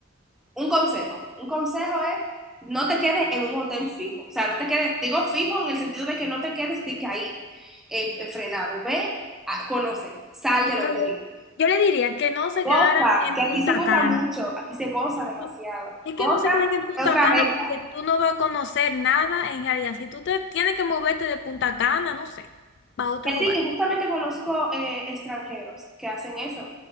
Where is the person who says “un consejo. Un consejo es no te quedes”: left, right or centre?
Centre